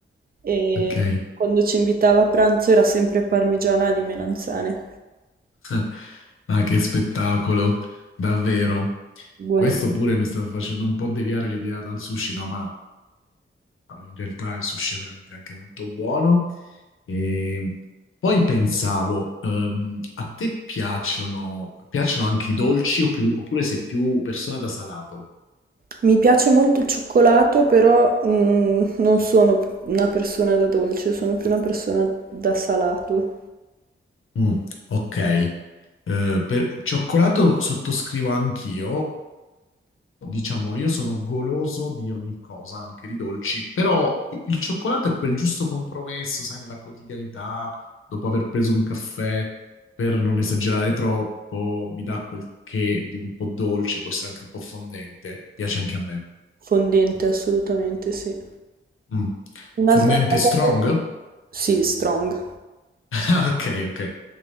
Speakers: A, on the right; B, on the left.
A: e
B: ok?
A: quando ci invitava a pranzo era sempre parmigiana di melanzane.
B: <laughs> Ah, che spettacolo, davvero.
A: Buonissimo.
B: Questo pure mi sta facendo un po' deviare l'idea dal sushi, no? Ma No, In realtà il sushi è veramente anche molto buono. E poi pensavo, ehm, a te piacciono, piacciono anche i dolci o più- oppure sei più persona da salato?
A: Mi piace molto il cioccolato, però mm, non sono p- una persona da dolce, sono più una persona da salato.
B: Mm, ok, Eh, per cioccolato sottoscrivo anch'io, diciamo, io sono goloso di ogni cosa, anche di dolci, però i- il cioccolato è quel giusto compromesso, sai, nella quotidianità, dopo aver preso un caffè, per non esagerare troppo, mi dà quel che di un po' dolce, può essere anche un po' fondente, piace anche a me.
A: Fondente, assolutamente, sì.
B: Mm.
A: Un'altra
B: Fondente
A: cosa
B: strong?
A: che...
B: <laughs>
A: Sì, strong.
B: Ah, Ok, ok,